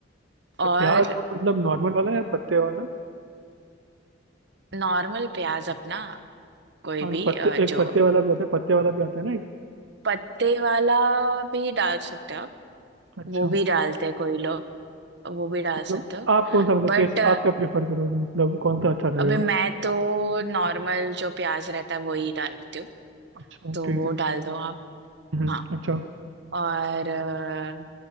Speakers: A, on the right; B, on the right.
A: और
B: तो प्याज वो मतलब नॉर्मल वाला या पत्ते वाला
A: नॉर्मल प्याज अपना कोई
B: हाँ
A: भी
B: पत्ते
A: अ,
B: एक
A: जो
B: पत्ते वाला भी आता है पत्ते वाला भी आता है ना एक
A: पत्ते वाला भी डाल सकते हो आप
B: अच्छा
A: वो भी
B: तो
A: डालते हैं कोई लोग वो भी डाल
B: मतलब
A: सकते हो
B: आप कौन सा मतलब
A: बट
B: कैसे आप क्या प्रेफर करोगे मतलब कौन सा अच्छा लगेगा
A: अभी मैं तो नॉर्मल जो प्याज रहता है वही डालती हूँ
B: अच्छा
A: तो
B: ठीक
A: वो
B: है
A: डाल दो आप
B: हम्म,
A: हाँ
B: अच्छा
A: और अ,